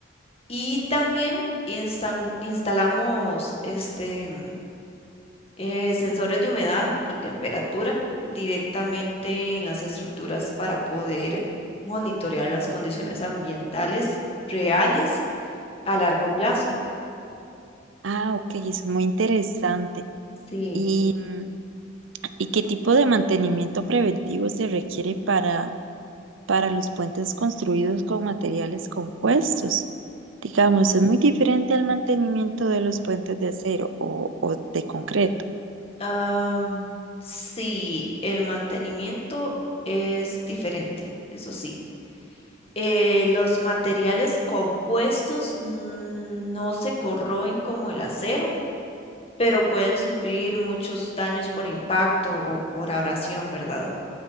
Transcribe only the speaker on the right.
Ah, ok, eso es muy interesante.
¿Y, mm, y qué tipo de mantenimiento preventivo se requiere para, para los puentes construidos con materiales compuestos? Digamos, es muy diferente al mantenimiento de los puentes de acero o, o de concreto.